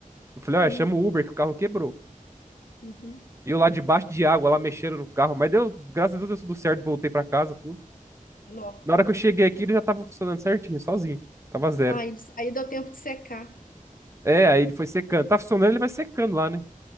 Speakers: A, on the right; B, on the left.
A: Eu falei, olha,
B: Uhum.
A: chama o Uber que o carro quebrou.
B: Uhum.
A: E eu lá debaixo de água, lá mexendo no carro, mas deu, graças a Deus deu tudo certo, voltei pra casa, tudo.
B: Nó.
A: Na hora que eu cheguei aqui, ele já tava funcionando certinho, sozinho. Tava zero.
B: Aí, aí deu tempo de secar.
A: É, aí ele foi secando. Tá funcionando, ele vai secando lá, né?